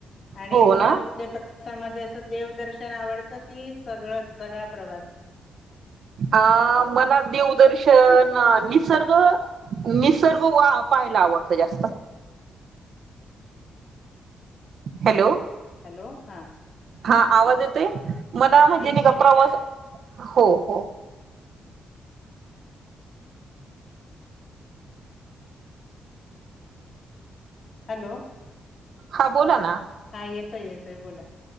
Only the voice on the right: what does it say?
हो
ना
अ मला देवदर्शन निसर्ग- निसर्ग वा पाहायला आवडत जास्त- हॅलो
हा आवाज येतोय मला
म्हणजे
नाही
प्रवास
वा हो हो
हा बोला ना